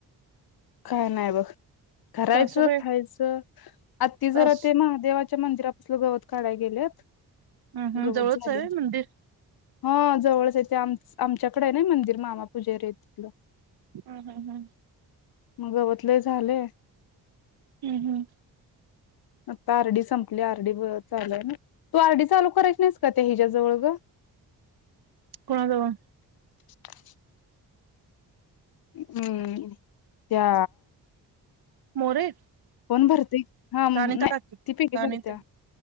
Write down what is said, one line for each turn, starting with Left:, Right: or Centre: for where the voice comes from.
Left: काय नाही बघ करायचं
Right: सासूबाई
Left: खायचं, आत्ती जरा
Right: सास
Left: ते महादेवाच्या मंदिरापसलं गवत काढाय गेल्यात
Right: हम्म हम्म
Left: गवत
Right: जवळच
Left: झालयं.
Right: आहे व्हय मंदिर
Left: हा जवळच आहे, ते आम -आमच्याकडे आहे ना मंदिर मामा पूजारी आहे तिथलं.
Right: ह ह ह.
Left: म गवत लई झालेय.
Right: ह ह.
Left: आता आरडी संपली, आर डी चालूय ना. तू आरडी चालू करायची नाहीस का, त्या हिच्याजवळ गं?
Right: कोणा जवळ?
Left: <unintelligible> हम्म, त्या
Right: मोरे
Left: कोण भरते. हा नाही
Right: का अनिता काकी
Left: ती पीगी
Right: का अनिता
Left: भरत्या.